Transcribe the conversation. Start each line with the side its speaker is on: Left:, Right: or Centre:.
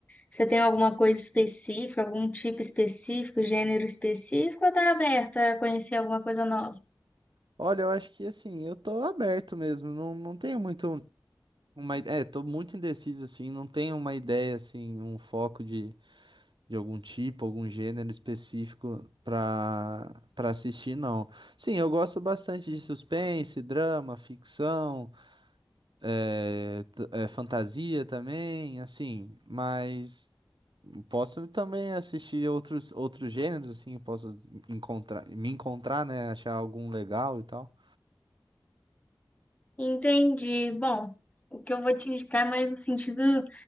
Left: Você tem alguma coisa específica, algum tipo específico, gênero específico, ou tá aberta a conhecer alguma coisa nova?
Right: Olha, eu acho que assim, eu tô aberto mesmo, não, não tenho muito Uma, ide- é, tô muito indeciso, assim, não tenho uma ideia, assim, um foco de, de algum tipo, algum gênero específico pra, pra assistir, não. Sim, eu gosto bastante de suspense, drama, ficção, é, t- é, fantasia também, assim, mas posso também assistir outros, outros gêneros, assim, posso encontrar, me encontrar, né, achar algum legal e tal.
Left: Entendi. Bom, o que eu vou te indicar é mais no sentido, não